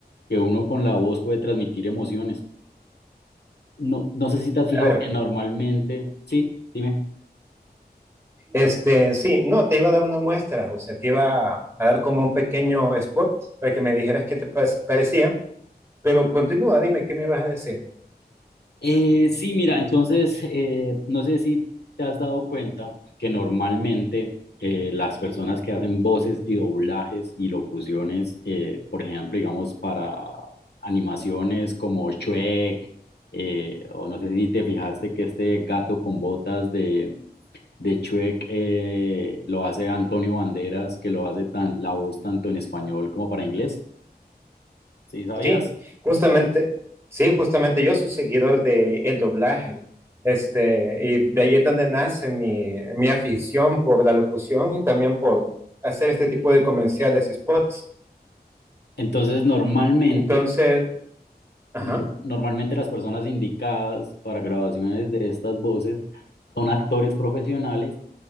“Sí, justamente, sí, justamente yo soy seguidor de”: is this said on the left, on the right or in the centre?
Right